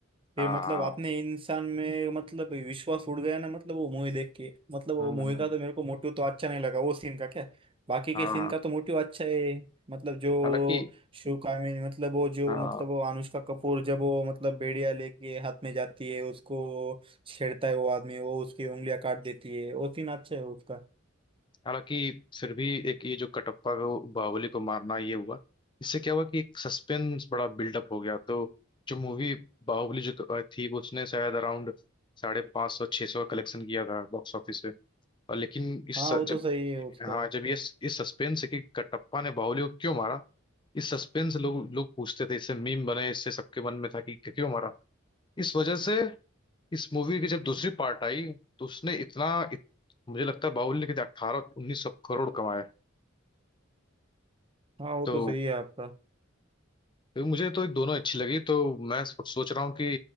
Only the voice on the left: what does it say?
हाँ
हाँ
हम्म
हम्म
हाँ
हालांकि
हाँ
हालांकि फिर भी एक ये जो कटप्पा को बाहुबली को मारना ये हुआ इससे क्या हुआ कि एक सस्पेंस बड़ा बिल्डअप हो गया तो जो मूवी बाहुबली जो थी वो उसने शायद अराउंड साढ़े पाँच सौ छः सौ का कलेक्शन किया था बॉक्स ऑफिस पे और लेकिन इस
जब
हाँ जब ये इस सस्पेंस है कि कटप्पा ने बाहुबली को क्यों मारा इस सस्पेंस लोग लोग पूछते थे इससे मीम बने इससे सबके मन में था कि क्यों मारा इस वजह से इस मूवी की जब दूसरी पार्ट आई तो उसने इतना इत, मुझे लगता है बाहुबली ने कितने अट्ठारह उन्नीस सौ करोड़ कमाए
तो
तो मुझे तो दोनों अच्छी लगी तो मैं सो- सोच रहा हूँ कि